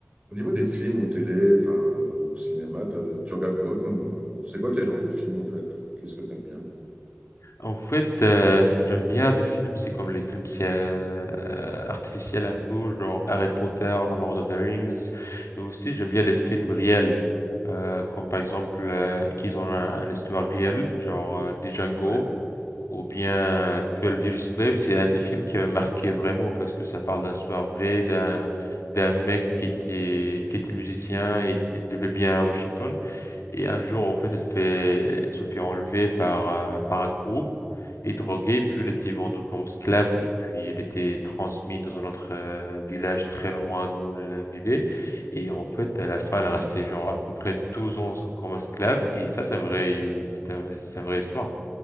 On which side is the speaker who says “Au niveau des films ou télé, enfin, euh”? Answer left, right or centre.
Right